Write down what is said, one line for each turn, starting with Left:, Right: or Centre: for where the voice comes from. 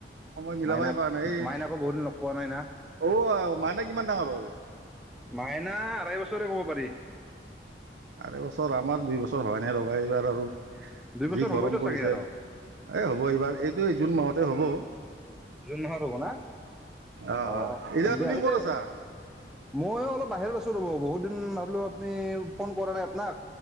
Right: সময় মিলাবই
Centre: মাইনাক
Right: পৰা নাই ।এই
Centre: মাইনাকো বহুত দিন লগ পোৱা নাই না
Right: ঔ মাইনা কিমান ডাঙৰ হ'ল?
Centre: মাইনা আঢ়াই বছৰে কব পাৰি ।
Right: আঢৈ বছৰ, আমাৰ দুই বছৰ হোৱা নাই ৰবা, এইবাৰ আৰু
Centre: দুই বছৰ
Right: যি
Centre: হ'বইতো
Right: গৰম পৰিছে
Centre: চাগে আৰু
Right: এই হ'ব এইবাৰ এইটো জুন মাহত হ'ব
Centre: জুন মাহত হব না
Right: অঁ
Centre: অ
Right: এতিয়া
Centre: বাৰ্থডে
Right: তুমি
Centre: আহিলে
Right: ক'ত আছা
Centre: ময়ো অলপ বাহিৰত আছো ৰ'ব বহুত দিন ভাবিলো আপনি ফোন কৰা নাই আপনাক